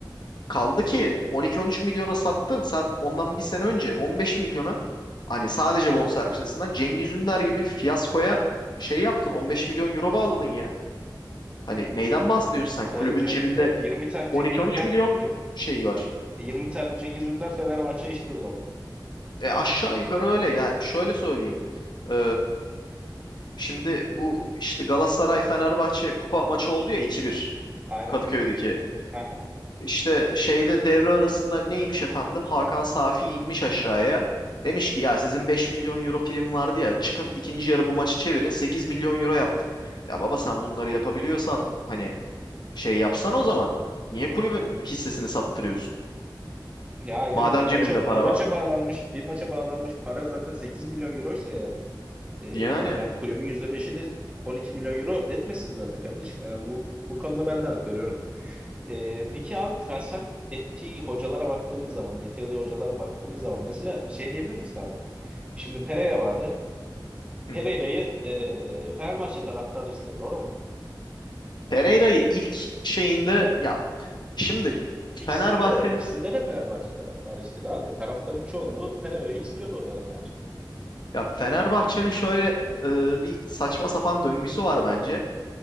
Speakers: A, on the left; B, on the right.
A: Kaldı ki on iki on üç milyona sattın. Sen ondan bir sene önce 15 milyona hani sadece bonservisinden Cengiz Ünder gibi fiyaskoya şey yaptın. 15 milyon euro bağladın ya. Hani neyden bahsediyorsun sen?
B: Evet
A: Kulübün
B: yani
A: cebinde
B: be- 20 tane Cengiz
A: 12-13
B: Ünder
A: milyon
B: 20,
A: şey var.
B: 20 tane Cengiz Ünder Fenerbahçe eşit o zaman.
A: E aşağı yukarı öyle ya. Şöyle söyleyeyim. Ee, şimdi bu işte Galatasaray Fenerbahçe kupa maçı oldu ya 2-1
B: Aynen.
A: Kadıköy'deki.
B: Aha.
A: İşte şeyde devre arasında neymiş efendim? Hakan Safi inmiş aşağıya. Demiş ki ya sizin 5 milyon euro prim vardı ya çıkın ikinci yarı bu maçı çevirin 8 milyon euro yaptım. Ya baba sen bunları yapabiliyorsan hani şey yapsan o zaman niye kulübün hissesini sattırıyorsun?
B: Ya aynen
A: Madem
B: bir maça
A: cebinde para
B: bir maça
A: var.
B: bağlanmış bir maça bağlanmış para zaten 8 milyon euroysa eğer Ee,
A: Yani.
B: yani kulübün yüzde beşi de 12 milyon euro etmesin zaten kardeşim. Yani bu bu konuda ben de hak veriyorum. Ee, peki abi transfer ettiği hocalara baktığımız zaman, getirdiği hocalara baktığımız zaman mesela şey diyebilir misin abi? Şimdi Pereira vardı. Pereira'yı
A: Hı hı.
B: e, Fenerbahçe taraftarı istedi, doğru mu?
A: Pereira'yı ilk şeyinde ya şimdi
B: İkisinde
A: Fenerbahçe'nin
B: de ikisinde de Fenerbahçe taraftarı istedi abi. Taraftarın çoğunluğu Pereira'yı istiyordu o dönem bence.
A: ya Fenerbahçe'nin şöyle e, bir saçma sapan döngüsü var bence.